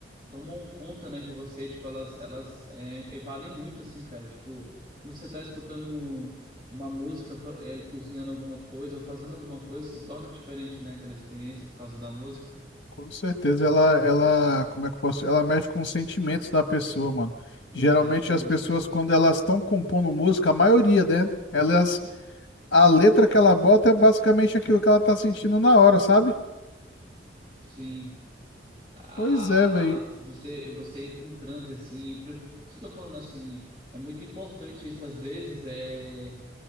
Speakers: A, on the right; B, on the left.
A: tomam conta, né, de você, tipo elas elas é, evadem muito assim, cara, tipo, quando você tá escutando uma música, fa- é, cozinhando alguma coisa ou fazendo alguma coisa, se torna diferente, né, aquela experiência por causa da música.
B: com certeza ela, ela, como é que eu posso, ela mexe com os sentimentos da pessoa, mano.
A: Exatamente.
B: Geralmente as pessoas quando elas estão compondo música, a maioria, né? Elas, a letra que ela bota é basicamente aquilo que ela tá sentindo na hora, sabe?
A: Sim. a-
B: Pois é, velho.
A: a- a- você você entra em transe assim, por por isso que eu tô falando assim, é muito importante isso às vezes é